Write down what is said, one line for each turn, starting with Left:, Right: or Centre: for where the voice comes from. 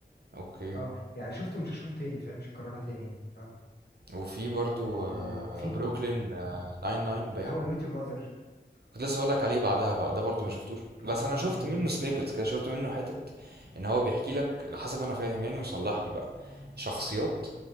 Right: <laughs> اوكي
Left: اه يعني شفته مش هشوفه تاني فاهم مش هكررها تاني يعني. اه
Right: وفي برضه
Left: آه،
Right: آه،
Left: في
Right: بروكلين 99 باين
Left: هواي ميت يور ماذر
Right: كنت لسه هقولك عليه بعدها بقى ده برضو ما شفتوش
Left: بروكلين
Right: بس انا شفت
Left: ناين
Right: منه
Left: اه How I Met Your Mother،
Right: سنيبتس
Left: Brooklyn Nine-Nine.
Right: كده شفت منه حتت ان هو بيحكي لك على حسب انا فاهم يعني وصلح لي بقى شخصيات